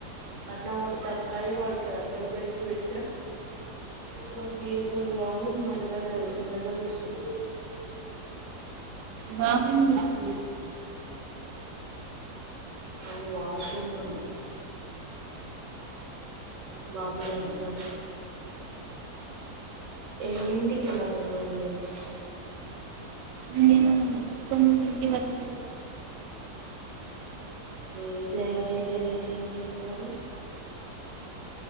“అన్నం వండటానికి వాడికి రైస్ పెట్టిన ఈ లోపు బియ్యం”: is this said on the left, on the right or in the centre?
Right